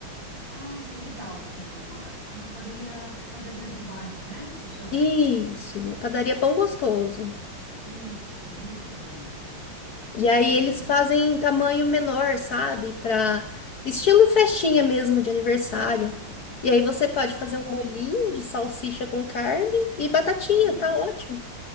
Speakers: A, on the right; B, on the left.
A: Ah, isso é legal também. Qual- A padaria, padaria do bairro, né? Que chama.
B: Isso, a padaria Pão Gostoso.
A: Isso, muito bem.
B: E aí
A: E,
B: eles fazem em tamanho menor, sabe? Pra estilo festinha mesmo de aniversário. E aí você pode
A: ah,
B: fazer um molhinho de salsicha com carne e batatinha,
A: aham.
B: tá ótimo.